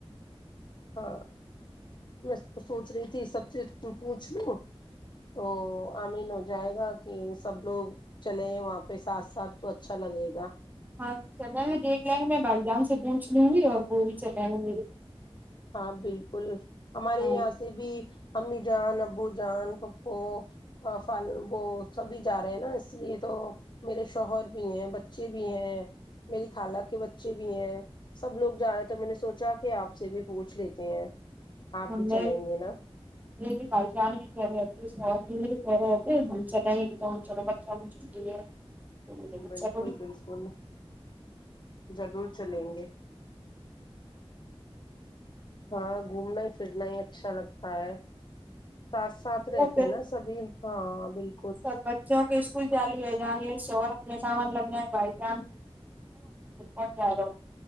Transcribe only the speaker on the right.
ہاں چلے میں دیکھ لیں گے میں بھائی جان سے پوچھ لوں گی اور وہ بھی چلےیں گے میرے
ہاں
ہم
نے
م بھی پہچان بھی کر رہی بےب ہم چلیں تو چلو بچہ چلٹی ہے تو میں نے
چلو
وہ پھر
سب بچوں کے کچھ جیالو ہو جائ گے اس ش اور اپنے کا مطلب میں بھائی جام کون جار